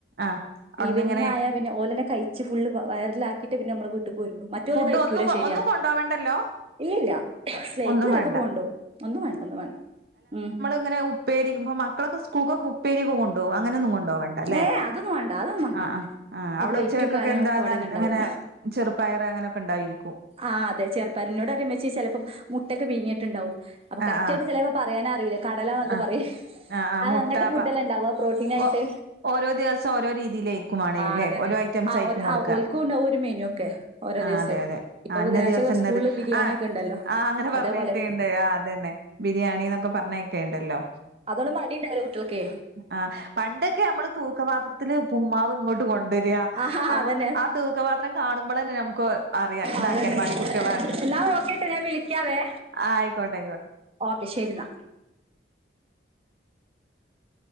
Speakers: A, on the right; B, on the right.
A: ആഹ് അവ്ട്ന്ന്
B: ഈവനിങ്
A: ഇങ്ങനെ
B: ആയാ പിന്നെ ഓലന്നെ കഴിച്ച് ഫുള്ള് വയറിലാ ക്കിയിട്ട് പിന്നെ നമ്മള് വീട്ട്ക്ക് പോരുള്ളൂ മറ്റോല്
A: ഫുഡ്
B: കഴിക്കൂല
A: ഒന്നും
B: ശെരിയാ
A: ഒന്നും കൊണ്ടോവണ്ടല്ലോ
B: ഇല്ലില്ല സ്ലൈറ്റ്
A: ഒന്നും
B: ചെലേപ്പൊക്കെ
A: വേണ്ട
B: കൊണ്ടോവും. ഒന്നും വേണ്ട ഒന്നും വേണ്ട ഉം
A: ങ്ങനെ ഉപ്പേരി മക്കളൊക്കെ സ്കൂൾക്കൊക്കെ ഉപ്പേര്യൊക്കെ കൊണ്ടോവും. അങ്ങനൊന്നും കൊ ണ്ടോവണ്ടല്ലെ
B: ഏ അതൊന്നും വേണ്ട അതൊന്നും വേണ്ട
A: ആഹ് ആഹ് ആഹ് അവിടെ
B: പ്ലേറ്റും
A: ഉച്ചക്കൊക്കെ
B: കാര്യങ്ങളൊക്കെ
A: എന്താ
B: ഇവിടെന്നെ
A: ന ൽ
B: ഉണ്ടാവും
A: ഇങ്ങനെ ചെറുപ്പയർ അങ്ങനൊക്കെ ഉണ്ടായിരിക്കും.
B: ആഹ് ചെർപയറ് ഇന്നോട് പറിം ഉമ്മച്ചി ചെലേപ്പം മുട്ടൊക്കെ പീങ്ങീട്ടുണ്ടാവും അപ്പോ
A: ആ
B: കറക്ടായിട്ട്
A: ആ
B: ചെലേപ്പം പറയാനറ്യൂല്ല കടലാന്നൊക്കെ
A: ആ
B: പറിം.
A: ആ ആ
B: അഹ്
A: മുട്ട
B: അങ്ങൻത്തെ ഫുഡല്ലെ
A: പ
B: ണ്ടാവാ പ്രോട്ടീൻ ആയിട്ട്
A: ഓ ഓരോ ദിവസം ഓരോ രീതിയിലായിരിക്കുംമാണേൽ
B: ആഹ്
A: ല്ലെ
B: അതന്നെ
A: ഓരോ ഐറ്റംസ്
B: ആഹ്
A: ആയിരിക്കും
B: ഒരു
A: കൊടുക്കാ.
B: ആഹ് ഓൽക്കും ഉണ്ടാവും ഒരു മെനു ഒക്കെ ഓരോ
A: ആഹ്
B: ദിവസായിട്ട്
A: അതെ അതെ
B: ഇപ്പൊ
A: ആഹ്
B: ബുധനാഴ്ച
A: ഇന്ന ദിവസം ഇന്നത്
B: സ്കൂളില് ബിരിയാണി
A: ആഹ്
B: ഒക്കെ ഇണ്ടല്ലോ
A: ആഹ് അങ്ങനെ പറഞ്ഞ്
B: അതേപോലെ
A: കേട്ടേണ്ട് ആഹ് അതന്നെ ബിരിയാണി ന്നൊക്കെ പറഞ്ഞേക്കേണ്ടല്ലോ
B: അതോണ്ട് മടിണ്ടാവൂല്ല കുട്ടിയേൾക്കേ
A: ആഹ് പണ്ടൊക്കെ നമ്മള് തൂക്കപാത്രത്തില്‌ പുമ്മാവ് ഇങ്ങോട്ട് കൊണ്ടൊരാ.
B: ആഹാ
A: അപ്പം
B: അതന്നെ
A: ആ തൂ ക്ക പാത്രം കാണുമ്പളന്നെ നമുക്ക് അറയാ ഇത്
B: അതന്നെ
A: അംഗൻവാടി കുട്ട്യാളാണ്ന്ന്
B: എന്നാ ഓക്കെട്ടോ ഞാൻ വിളിക്കാവേ
A: ആഹ് അയ്ക്കോട്ടെ അയ്ക്കോട്ടെ
B: ഓക്കെ ശരി ന്നാ